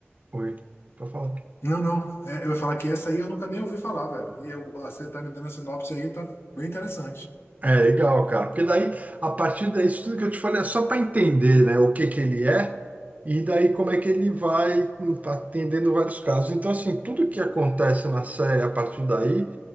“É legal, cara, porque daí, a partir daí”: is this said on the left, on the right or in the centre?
Right